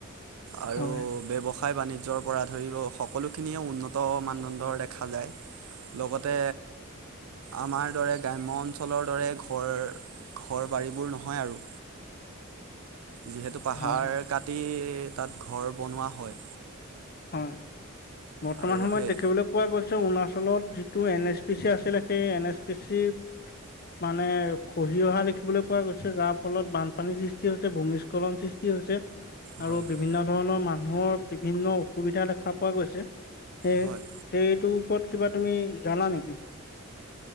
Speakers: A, on the right; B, on the left.
A: আৰু
B: হয়
A: ব্যৱসায় বাণিজ্যৰ পৰা ধৰি সকলোখিনিয়ে উন্নত মানদণ্ডৰ দেখা যায় লগতে আমাৰ দৰে গ্ৰাম্য অঞ্চলৰ দৰে ঘৰ ঘৰ বাৰীবোৰ নহয় আৰু যিহেতু পাহাৰ
B: হয়
A: কাটি তাত ঘৰ বনোৱা হয়।
B: হয়। বৰ্তমান
A: আৰু
B: সময়ত
A: সেই
B: দেখিবলৈ পোৱা গৈছে অৰুণাচলত যিটো এন এছ পি চি আছিলে সেই এন এছ পি চি মানে খহি অহা দেখিবলৈ পোৱা গৈছে যাৰ ফলত বানপানীৰ সৃষ্টি হৈছে ভূমিস্খলন সৃষ্টি হৈছে
A: হয়
B: আৰু
A: হয়
B: বিভিন্ন ধৰণৰ মানুহৰ বিভিন্ন অসুবিধা দেখা পোৱা গৈছে। সেয়
A: হয়
B: সেইটোৰ ওপৰত কিবা তুমি জানা নেকি?